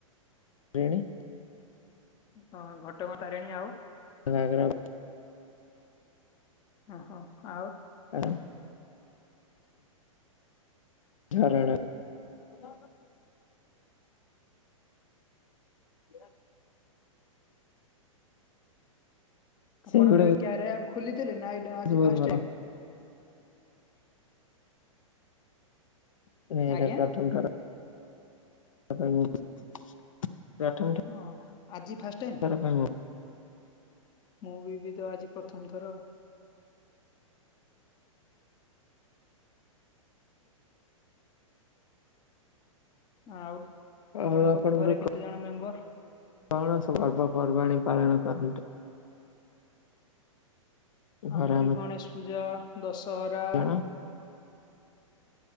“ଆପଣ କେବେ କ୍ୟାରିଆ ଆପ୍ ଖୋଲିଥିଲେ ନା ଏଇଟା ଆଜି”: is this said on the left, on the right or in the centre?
Left